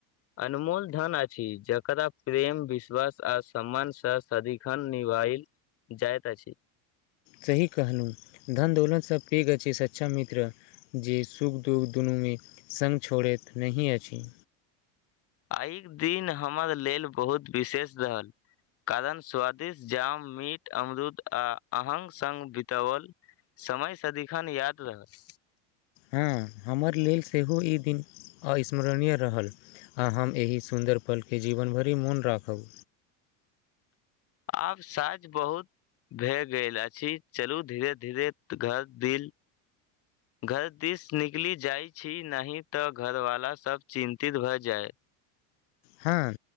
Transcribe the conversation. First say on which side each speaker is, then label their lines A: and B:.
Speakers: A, on the left; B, on the left.
A: अनमोल धन अछि, जकरा प्रेम विश्वास आ सम्मान सँ सदिखन निभाइल जाएत अछि।
B: सही कहलु धन दौलत से पेघ अछि सच्चा मित्र। जे सुख-दुख दुनूमे संग छोड़ैत नहि अछि।
A: आइक दिन हमर लेल बहुत विशेष रहल। कारण स्वादिष्ट जाम, मीट, अमरूद आ अहंग संग बितावल समय सदिखन याद रहत।
B: हूं हमर लेल सेहो ई दिन अस्मरणीय रहल। आ हम एहि सुन्दर पलके जीवन भरि मोन राखब।
A: आब साझ बहुत भए गेल अछि चलू धीरे- धीरे घर दिल घर दिस निकली जाय छी नहीं तऽ घर वाला सब चिन्तित भऽ जाय।
B: हूं,